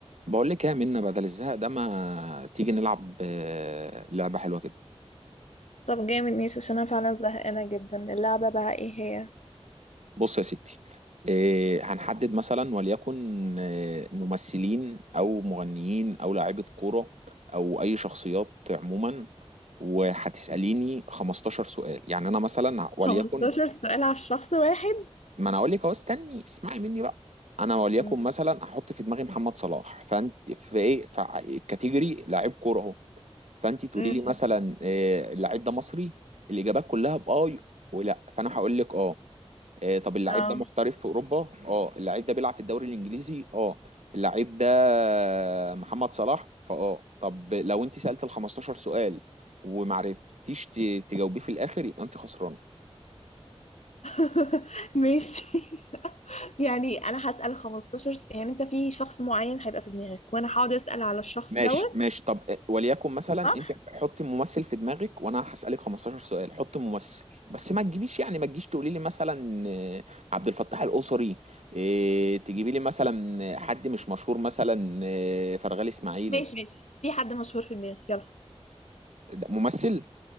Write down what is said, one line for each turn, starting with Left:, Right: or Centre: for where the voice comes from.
Right: بقول لك ايه يا منى بدل الزهق ده ما تيجي نلعب آه، لعبة حلوة كده
Left: طب جامد ماشي عشان انا فعلا زهقانة جدا اللعبة بقى ايه هي
Right: بص يا ستي آه، هنحدد مثلا وليكن آه، ممثلين او مغنيين او لاعيبة كورة او اي شخصيات عموما وهتسأليني 15 سؤال يعني انا مثلا وليكن
Left: 15 سؤال على الشخص واحد
Right: ما انا اقول لك اهو استني اسمعي مني بقى انا وليكن
Left: مم.
Right: مثلا احط في دماغي محمد صلاح فانت في ايه في كاتيجوري لاعب كورة اهو فانت تقولي
Left: امم
Right: لي مثلا آه، اللعيب ده مصري الاجابات كلها باه ولا فانا هقول لك اه آه، طب اللعيب
Left: اه
Right: ده محترف في اوروبا اه اللعيب ده بيلعب في الدوري الانجليزي اه اللعيب ده محمد صلاح فاه طب لو انت سالت ال 15 سؤال ومعرفتيش ت- تجاوبيه في الاخر يبقى انت خسران
Left: <laughs> ماشي <laughs> يعني انا هسأل 15 س- يعني انت في شخص معين هيبقى في دماغك وانا هقعد اسأل على الشخص
Right: ماشي
Left: دوت
Right: ماشي طب آه، وليكن مثلا
Left: صح
Right: انت حطي ممثل في دماغك وانا هسألك 15 سؤال حطي ممثل بس ما تجيبيش يعني ما تجيش تقولي لي مثلا آه، عبد الفتاح القصري آه، تجيبي لي مثلا آه، حد مش مشهور مثلا آه، فرغلي اسماعيل
Left: ماشي ماشي في حد مشهور في دماغك يلا
Right: ده ممثل